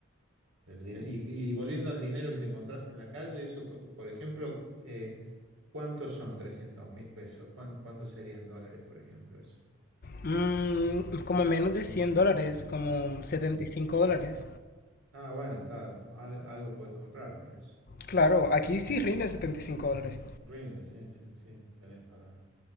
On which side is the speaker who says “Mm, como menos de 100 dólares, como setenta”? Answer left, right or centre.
Left